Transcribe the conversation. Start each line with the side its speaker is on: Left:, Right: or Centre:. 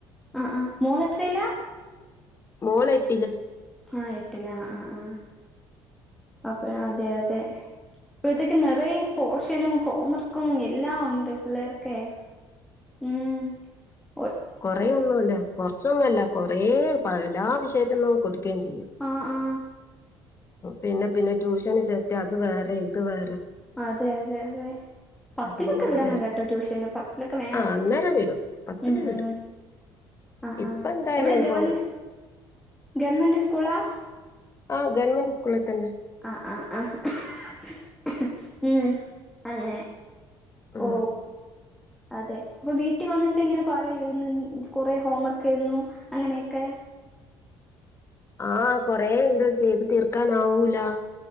Centre: ആ ആഹ് മോളെത്രയില
Left: മോള് എട്ടില്
Centre: ആഹ് എട്ടില ആഹ് ആഹ് അപ്പ അതെ അതെ ഇപ്പോഴത്തേക്ക് നിറയ പോഷനും ഹോം വർക്കും എല്ലാം ഉണ്ട് പിള്ളേർക്ക്. ക്കെ മ്ഹ് <inaudible>
Left: കൊറ ഒന്നുംല്ല കൊറച്ചൊന്നുമല്ല, കൊറേ എല്ലാ വിഷയത്തിന്നും കൊടു ക്കെ ചെയ
Centre: ആ ആ
Left: പിന്നെ പിന്നെ ട്യൂഷന് ചേർത്തി അത് വേറെ ഇത് വേ
Centre: അതെ അതെ അതെ പത്തിലൊക്കെ
Left: അപ്പൊ പിന്നെ ഞാൻ
Centre: വിടണം
Left: ചേർത്തി
Centre: കേട്ടോ ട്യൂഷന് പത്തിലൊക്കെ വേണം
Left: ആ അന്നേരം വിടും പത്തില്
Centre: ഉ
Left: വിടും
Centre: ഉ ആ
Left: ഇപ്പൊ
Centre: ആ
Left: എന്തായാലും
Centre: എവിടെ
Left: ഇപ്പൊ
Centre: ഗവൺമെ ഗവൺമെന്റ് സ്കൂളാ
Left: ആഹ ഗവമന്റ് സ്കൂൾ തന്നെ
Centre: ആഹ ആഹ് ആ ഉം അങ്ങനെ
Left: ഉം
Centre: ഓ അതെ അപ്പൊ വീട്ടിൽ വന്നൊക്കെ ഇങ്ങനെ പറയൂ ഇന്ന് കൊറെ ഹോം വർക്കയിരുന്നു അങ്ങനെയൊക്കെ
Left: ആഹ കൊറെ ഇത് ചെയ്ത് തീർക്കാനാവൂല